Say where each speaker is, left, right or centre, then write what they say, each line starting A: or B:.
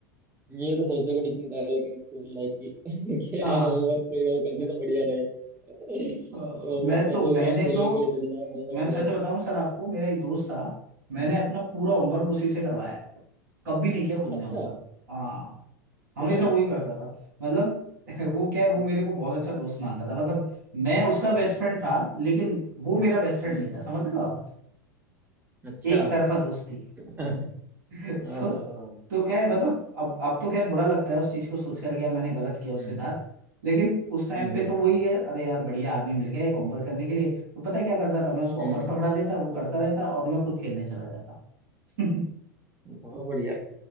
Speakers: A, on the right; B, on the right.
A: ये तो सबसे बड़ी चिंता है लेकिन स्कूल लाइफ की <laughs> कि यार
B: <laughs> हाँ
A: होमवर्क कोई और कर दे तो बढ़िया रहे <laughs>
B: अ,
A: होमवर्क
B: मैं
A: कैसे
B: तो मैंने
A: होगा हम खेलने
B: तो
A: के लिए चले जाएं होमवर्क
B: मैं
A: हो
B: सच
A: जाएगा
B: बताऊं सर आपको मेरा एक दोस्त था मैंने
A: हम्म
B: अपना पूरा होमवर्क उसी से करवाया है कभी नहीं किया खुद ने
A: अच्छा
B: होमवर्क हाँ हमेशा
A: सही है
B: वही करता था मतलब <laughs> वो क्या
A: हम्म
B: है वो मेरे को बहुत अच्छा दोस्त मानता था मतलब मैं उसका
A: हम्म
B: बेस्ट फ्रेंड था लेकिन वो मेरा बेस्ट फ्रेंड
A: हम्म,
B: नहीं था समझ लो आप
A: अच्छा
B: एक तरफा दोस्ती
A: <laughs>
B: तो
A: ओहो
B: तो क्या
A: वाह
B: है
A: भाई
B: मतलब अब अब तो खैर बुरा लगता है उस चीज को सोच करके यार मैंने गलत किया उसके
A: हम्म
B: साथ लेकिन उस टाइम
A: हम्म
B: पे
A: हम्म
B: तो वही है अरे यार बढ़िया आदमी मिल गया एक होमवर्क करने के लिए तो पता है क्या करता था मैं उसको होमवर्क
A: हम्म।
B: पकड़ा देता वो करता रहता और मैं खुद खेलने चला जाता <laughs>
A: बहुत बढ़िया